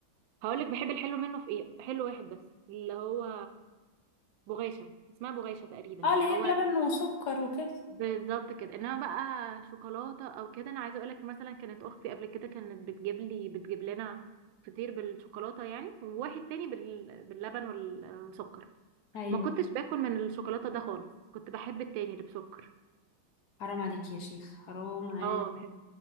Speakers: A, on the right; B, on the left.
A: هقولك بحب الحلو منه في إيه حلو واحد بس اللي هو بغاشة اسمها بغاشة تقريبا
B: اه اللي
A: اللي
B: هي
A: هو
B: بلبن وسكر وكده
A: بالظبط كده انما بقى شوكولاته او كده انا عايزه اقولك مثلا كانت اختي قبل كده كانت بتجيب لي بتجيب لنا فطير بالشوكولاته يعني وواحد تاني بال... باللبن والسكر
B: ايوه
A: ما كنتش باكل من الشوكولاته ده خالص كنت بحب التاني اللي بسكر
B: حرام عليك يا شيخ حرام عليك
A: اه بحب